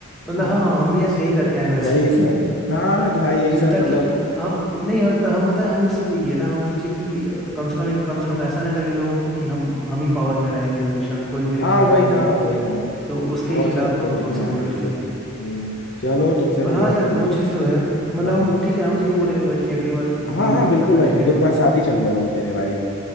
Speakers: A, in the centre; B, on the left (about 60°).
A: मतलब
B: हाँ
A: हाँ हम भी आज यही करके आए वैसे
B: वही सब हाँ
A: <laughs>
B: तो भाई यही
A: जो
B: सब
A: ताकि
B: मतलब
A: हम नहीं हम हम बताएं हम इसलिए ये ना हम सोचे कि अ, कम से कम कम से कम ऐसा ना लगे लोगों को कि हम हम ही पावर में रहेंगे हमेशा कोई मेरे
B: हाँ
A: खिलाफ
B: वही
A: नहीं
B: ना
A: है
B: वही ना
A: तो उसके
B: और
A: खिलाफ
B: सब
A: हम
B: तो बढ़िया
A: थोड़ा सा वोट
B: है वैसे
A: करके आए
B: हम्म चलो तुमसे
A: पर
B: मतलब
A: हाँ यार वो चीज़ तो है मतलब
B: हाँ
A: हम ठीक है हम तो ये बोलेंगे भाई कि अगली बार प्लीज़
B: हाँ हाँ
A: वोट
B: बिल्कुल
A: करना
B: भाई
A: ठीक
B: बिल्कुल
A: है
B: तुम्हारे साथ ही चलूंगा वोट देने भाई